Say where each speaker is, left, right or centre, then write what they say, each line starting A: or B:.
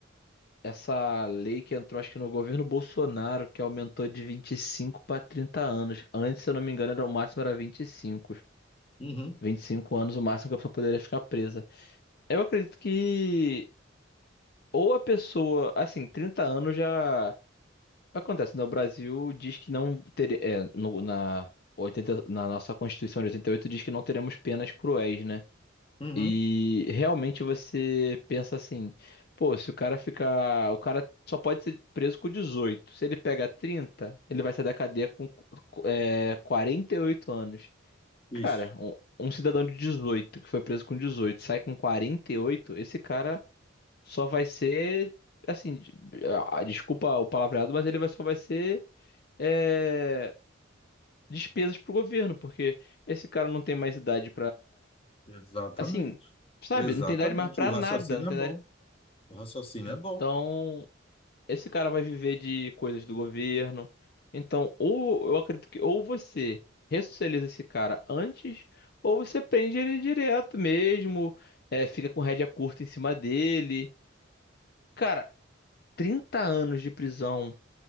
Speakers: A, on the left; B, on the left.
A: essa lei que entrou, acho que no governo Bolsonaro, que aumentou de 25 para 30 anos. Antes, se eu não me engano, era, o máximo era 25.
B: uhum,
A: 25 anos, o máximo que a pessoa poderia ficar presa. Eu acredito que ou a pessoa, assim, 30 anos já acontece, né? O Brasil diz que não teria, é, no- na 80 na nossa Constituição de 88 diz que não teremos penas cruéis, né?
B: uhum,
A: E realmente você pensa assim, pô, se o cara ficar, o cara só pode ser preso com 18. Se ele pega 30, ele vai sair da cadeia com é, 48 anos.
B: isso.
A: Cara, um, um cidadão de 18 que foi preso com 18, sai com 48, esse cara só vai ser assim, de- ah, desculpa o palavreado, mas ele vai só vai ser é, despesas pro governo, porque esse cara não tem mais idade
B: Exatamente,
A: Assim, sabe?
B: exatamente.
A: Não tem idade mais pra
B: O raciocínio
A: nada. Não tem
B: é bom.
A: idade...
B: O raciocínio
A: Então,
B: é bom.
A: esse cara vai viver de coisas do governo. Então, ou eu acredito que ou você ressocializa esse cara antes, ou você prende ele direto mesmo, é, fica com rédea curta em cima dele. Cara, 30 anos de prisão.